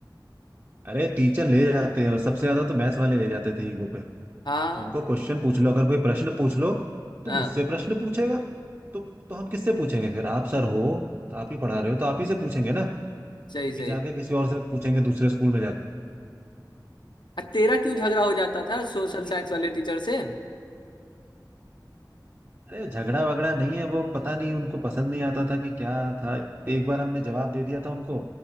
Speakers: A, on the right; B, on the left.
A: अरे टीचर ले जाते हैं और सबसे ज्यादा तो मैथ्स वाले ले जाते थे ईगो पे
B: हाँ
A: उनको क्वेश्चन पूछ लो अगर कोई प्रश्न पूछ लो तो
B: हाँ
A: मुझसे प्रश्न पूछेगा तो तो हम किससे पूछेंगे फिर आप सर हो आप ही पढ़ा रहे हो तो आप ही से पूछेंगे ना
B: सही
A: कि
B: सही
A: जाके किसी और से पूछेंगे दूसरे स्कूल में जाके
B: अ, तेरा क्यों झगड़ा हो जाता था सोशल
A: पता नहीं
B: साइंस
A: क्यों
B: वाले टीचर से
A: अरे झगड़ा वगड़ा नहीं है वो पता नहीं उनको पसंद नहीं आता था कि क्या था एक बार हमने जवाब दे दिया था उनको